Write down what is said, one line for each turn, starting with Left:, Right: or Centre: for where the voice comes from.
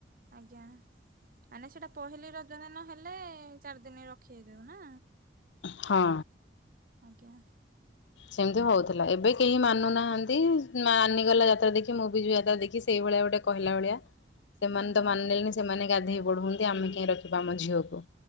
Right: ଆଜ୍ଞା ମାନେ ସେଇଟା ପହିଲି ରଜ ଦିନ ହେଲେ ଚାରି ଦିନ ରଖି ହେଇଯିବ ନା
Left: ହଁ
Right: ଆଜ୍ଞା
Left: ସେମିତି ହଉଥିଲା ଏବେ କେହି ମାନୁନାହାନ୍ତି ମାନିଗଲା ଯାତ୍ରା ଦେଖି ମୁଁ ବି ଯ ଯାତ୍ରା ଦେଖି ସେଇଭଳିଆ ଗୋଟେ କହିଲା ଓଳିଆ ସେମାନେ
Right: ଆଜ୍ଞା
Left: ତ ମାନିଲେଲେନି ସେମାନେ ଗାଧେଇ ପଢ ହନ୍ତି ଆମେ କେହିଁ ରଖିବା ଆମ ଝିଅକୁ